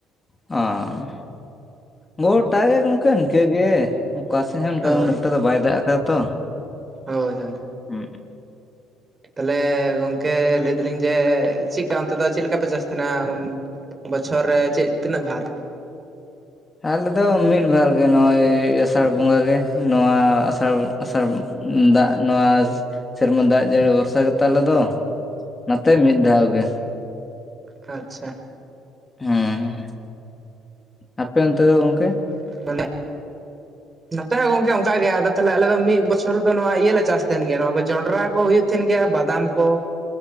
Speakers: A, on the left; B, on the right.
A: ᱚᱸ ᱜᱚᱴᱟ ᱜᱮ ᱜᱚᱝᱠᱮ ᱤᱱᱠᱟᱹᱜᱮ ᱚᱠᱟᱥᱮᱫ ᱦᱚᱸ ᱚᱱᱠᱟ
B: ᱦᱳᱭ
A: ᱫᱚ ᱩᱱᱟᱹᱜ ᱮᱠᱴᱟ ᱫᱚ ᱵᱟᱭ ᱫᱟᱜ ᱠᱟᱫᱟ ᱛᱚ
B: ᱦᱳᱭ ᱦᱳᱭ
A: ᱦᱩᱸ
B: ᱛᱟᱞᱦᱮ ᱜᱚᱝᱠᱮ ᱞᱟᱹᱭ ᱫᱟᱹᱞᱤᱧ ᱡᱮ ᱪᱮᱫᱠᱟ ᱚᱱᱛᱮ ᱫᱚ ᱪᱮᱞ ᱞᱮᱠᱟᱯᱮ ᱪᱟᱥ ᱛᱟᱸᱦᱮᱱᱟ ᱩᱸᱼᱼ ᱵᱚᱪᱷᱚᱨ ᱨᱮ ᱪᱮᱫ ᱛᱤᱱᱟᱹᱜ ᱵᱷᱟᱨ
A: ᱟᱞᱮᱫᱚ ᱢᱤᱫ ᱵᱟᱨ ᱜᱮ ᱱᱚᱜᱼᱚᱭ ᱟᱥᱟᱲ ᱵᱚᱸᱜᱟ ᱜᱮ ᱱᱚᱣᱟ ᱟᱥᱟᱲᱼᱼ ᱟᱥᱟᱲ ᱩᱸ ᱫᱟᱜ ᱱᱚᱣᱟ ᱥᱮᱨᱢᱟ ᱫᱟᱜ ᱡᱟᱹᱲᱤ ᱵᱷᱚᱨᱥᱟ ᱜᱮᱛᱚ ᱟᱞᱮ ᱫᱚ ᱱᱚᱛᱮ ᱢᱤᱫ ᱫᱷᱟᱣ ᱜᱮ
B: ᱟᱪᱪᱷᱟ
A: ᱦᱩᱸ ᱟᱯᱮ ᱚᱱᱛᱮ ᱫᱚ ᱜᱚᱝᱠᱮ?
B: <unintelligible> ᱱᱚᱛᱮ ᱦᱚᱸ ᱜᱚᱝᱠᱮ ᱚᱝᱠᱟ ᱜᱮ ᱟᱫᱚ ᱛᱟᱞᱦᱮ ᱟᱞᱮ ᱫᱚ ᱢᱤᱫ ᱵᱚᱪᱷᱚᱨ ᱫᱚ ᱱᱚᱣᱟ ᱤᱭᱟᱹ ᱞᱮ ᱪᱟᱥᱼᱼ ᱛᱟᱦᱮᱱ ᱜᱮᱭᱟ ᱱᱚᱣᱟ ᱠᱚ ᱡᱚᱱᱰᱽᱨᱟ ᱠᱚ ᱦᱩᱭᱩᱜ ᱛᱟᱦᱮᱱ ᱜᱮᱭᱟ ᱵᱟᱫᱟᱢ ᱠᱚ